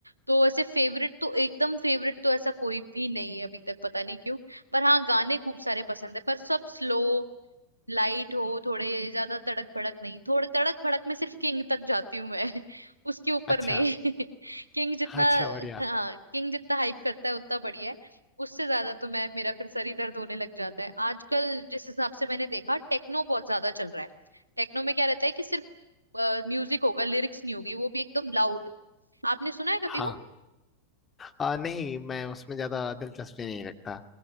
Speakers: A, on the right (about 85°); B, on the left (about 20°).
A: तो ऐसे फेवरेट तो एकदम फेवरेट तो ऐसा कोई भी नहीं है अभी तक पता नहीं क्यों पर हाँ गाने खूब सारे पसंद है पर सब स्लो लाइट हो थोड़े ज्यादा तड़क भड़क नहीं थोड़े तड़क भड़क में सिर्फ किंग तक जाती हूँ मैं <laughs> उसके ऊपर
B: अच्छा
A: नहीं <laughs> किंग जितना
B: अच्छा बढ़िया
A: हाँ किंग जितना हाइप करता है उतना बढ़िया है उससे ज्यादा तो मैं मेरा फिर सर ही दर्द होने लग जाता है आजकल जिस हिसाब से मैंने देखा टेक्नो बहुत ज्यादा चल रहा है टेक्नो में क्या रहता है कि सिर्फ म्यूजिक होगा लिरिक्स नहीं होगी वो भी एकदम लाउड आपने सुना है कभी
B: हाँ
A: वो
B: आ, नहीं मैं उसमें ज्यादा दिलचस्पी नहीं रखता